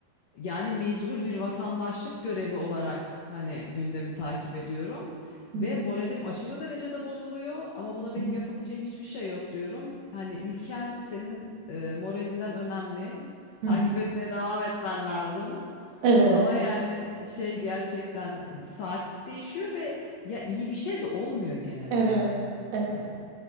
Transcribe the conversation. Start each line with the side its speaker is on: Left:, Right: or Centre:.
Left: yani mecbur bir vatandaşlık görevi olarak hani gündemi takip ediyorum.
Right: Hı
Left: Ve moralim aşırı derecede bozuluyor ama buna benim
Right: hı.
Left: yapabileceğim hiçbir şey yok diyorum. Hani ülken senin e, moralinden önemli. Takip
Right: Hı hı.
Left: etmeye devam etmen lazım.
Right: Evet.
Left: Ama yani şey gerçekten saatlik değişiyor ve ya iyi bir şey de olmuyor genel
Right: Evet.
Left: olarak.
Right: Evet.
Left: Yani